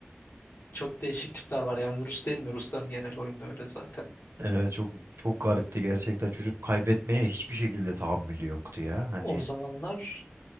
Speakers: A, on the left; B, on the right.
A: Çok değişik tipler var yani Rus değil mi? Rusların genel oyunu öyle zaten.
B: Evet çok çok garipti gerçekten. Çocuk kaybetmeye hiçbir şekilde tahammülü yoktu ya. Hani
A: O zamanlar